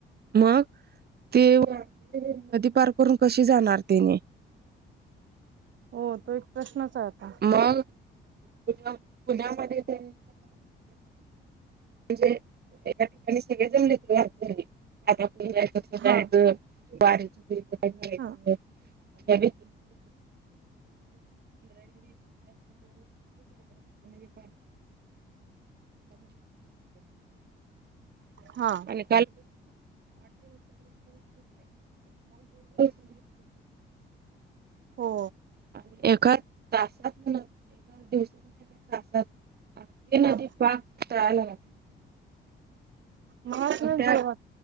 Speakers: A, on the right (about 55°); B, on the right (about 70°).
A: मग ते नदी पार करून कशी जाणार तेनी.
B: हो तो एक प्रश्नच आहे आता.
A: मग पु पुण्यामध्ये तेनी. म्हणजे एका ठिकाणी सगळे जमले <inaudible> आता आपण जायच
B: हा
A: जायचं. वारीची व्याय
B: हा
A: <unintelligible> <inaudible> <inaudible>
B: हा
A: आणि. <unintelligible>
B: हो.
A: आणि एका तासात <unintelligible> हे नदी
B: हा
A: पाक टळायला लाग
B: मलाच
A: मग
B: नाही
A: त्या
B: देवात